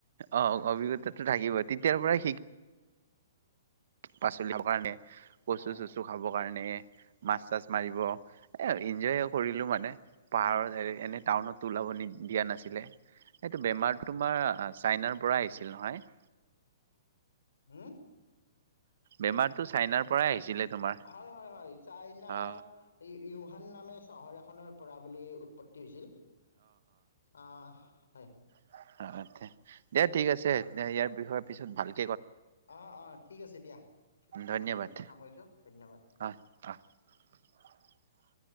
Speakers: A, on the right; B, on the left.
A: অ অভিজ্ঞতাটো থাকিব তেতিয়াৰ পৰাই লিখা। শাক পাচলি লাবৰ কাৰণে কচু
B: হয়
A: চচু খাবৰ কাৰণে। মাছ চাছ মাৰিব এ এনজয় কৰিলো মানে পাহাৰত এনে টাউনত ওলাব। দিয়া নাছিলে, এইটো তোমাৰ বেমাৰটো
B: হয়
A: ছাইনা পৰা আহিছিল নহয়।
B: হুম।
A: বেমাৰতটো চাইনাৰ পৰাই আহিছিলে।। তোমাৰ
B: হয় হয় হয় চাইনাৰ
A: অ
B: উহান নামে চহৰ এখনৰ পৰা বুলি উ। আপত্তি হৈছিল আহ হয়।
A: <inaudible> দে, ঠিক আছে। দে ইয়াৰ বিষয়ে পিছত ভাল
B: অ' - অ', ঠিক আছে দিয়া।
A: ধন্যবাদ
B: ইমানতে সামৰিছোঁ, ধন্যবাদ।
A: অ অ <inaudible>